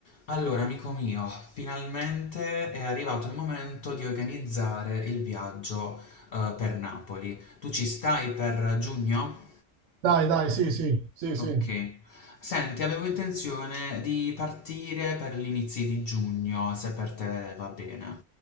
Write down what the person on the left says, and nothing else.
Allora, amico mio, finalmente è arrivato il momento di organizzare il viaggio, eh, per Napoli. Tu ci stai per giugno?
Ok. Senti, avevo intenzione di partire per gli inizi di giugno, se per te va bene.